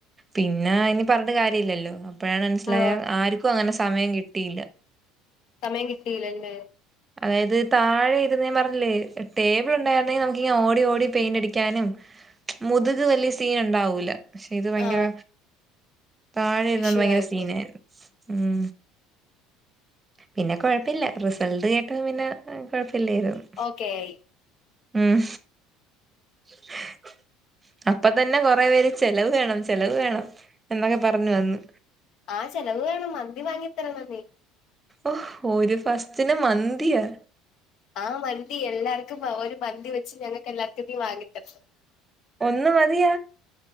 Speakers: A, on the right; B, on the left.
A: പിന്നെ ഇഞ്ഞ് പറ്ഞ്ഞ്ട്ട് കാര്യല്ലല്ലോ ഇപ്പഴാണ് മൻസ്സിലായോ
B: ആ
A: ആര്ക്കും അങ്ങനെ സമയം കിട്ടിയില്ല
B: സമയം കിട്ടീല്ലല്ലേ
A: അതായത് താഴെ ഇരുന്നേ ഞാൻ പറഞ്ഞില്ലേ ടേബിൾ ഉണ്ടായിരുന്നെങ്കിൽ നമുക്കിങ്ങനെ ഓടി ഓടി പെയിന്റ് അടിക്കാനും മുതുക് വെല്യ സീന് ഇണ്ടാവൂല പക്ഷെ ഇത് ഭയങ്കര
B: ആ
A: താഴെ ഇരുന്നൊണ്ട്
B: ഇഷ്യൂ
A: ഭയങ്കര
B: ആയിപ്പോയി
A: സീനായിരുന്നു ഉം. പിന്നെ കാെഴപ്പില്ല റിസൾട് കേട്ടപ്പോ പിന്നെ ഏഹ് കാെഴപ്പില്ലേര്ന്നു
B: ഓക്കെ ആയി
A: ഉം <unintelligible> അപ്പത്തന്നെ കൊറെ പേര് ചെലവ് വേണം ചെലവ് വേണം എന്നൊക്കെ പറഞ്ഞു വന്ന്
B: ആഹ് ചെലവ് വേണം മന്തി വാങ്ങിത്തരണം നീ
A: ഓ ഒരു ഫസ്റ്റന് മന്തിയാേ
B: ആഹ് മന്തി എല്ലാർക്കും വൊ ഒരു മന്തി വെച്ച് ഞങ്ങക്കെല്ലാർക്കും നീ വാങ്ങിതെര്ണം
A: ഒന്നുമതിയാ